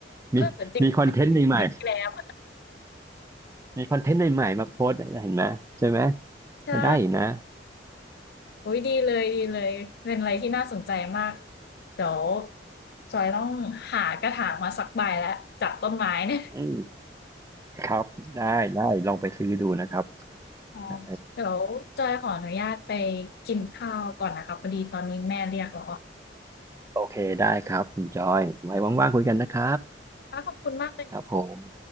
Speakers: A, on the left (about 60°); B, on the right (about 15°).
A: เออจริงด้วยนะติดแกล้ม
B: มีมีคอนเทนต์ใหม่ๆมีคอนเทนต์ใหม่ๆมาโพสต์เห็นไหมใช่ไหม
A: ใช่
B: ก็ได้นะ
A: อุ้ยดีเลยดีเลยเป็นอะไรที่น่าสนใจมากเดี๋ยวจอยต้องหากระถางมาสักใบแล้วจากต้นไม้เนี่ย
B: อืมครับได้ได้ลองไปซื้อดูนะครับ
A: อ๋อ
B: ได้
A: เดี๋ยวจอยขออนุญาตไปกินข้าวก่อนนะคะพอดีตอนนี้แม่เรียกแล้วอะ
B: โอเคได้ครับคุณจอยไว้ว่างๆคุยกันนะครับ
A: ค่ะขอบคุณมากเลยนะคะ
B: ครับผม